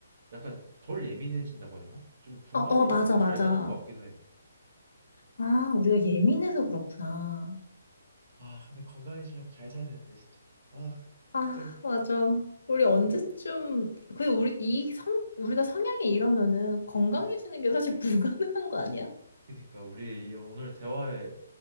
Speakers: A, on the right (about 40°); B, on the left (about 85°).
A: 약간 덜 예민해진다고 해야 되나? 좀 둔감해지니까
B: 어, 어, 맞아, 맞아.
A: 잘 자는 것 같기도 해.
B: 아, 우리가 예민해서 그렇구나.
A: 아, 근데 건강해지려면 잘 자야 되는데, 진짜. 아,
B: 아,
A: 진짜.
B: 맞아. 우리 언제쯤,
A: 으,
B: 그, 우리, 이 성, 우리가 성향이 이러면은 건강해지는
A: 어.
B: 게 사실 <laughs> 불가능한 거 아니야?
A: 그러니까 우리 이 오늘 대화의